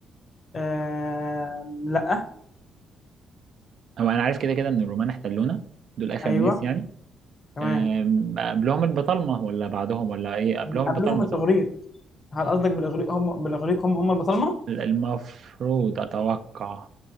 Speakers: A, on the left; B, on the right.
A: آم، لا
B: هو انا عارف كده كده ان الرومان احتلونا دول اخر
A: ايوه
B: الناس يعني
A: تمام
B: أم، قبلهم البطالمه ولا بعدهم ولا ايه قبلهم
A: قبل-
B: البطالمه
A: قبلهم الاغريق
B: صح
A: هل قصدك بالاغريق هم بالاغريق هم هم البطالمه
B: المفروض اتوقع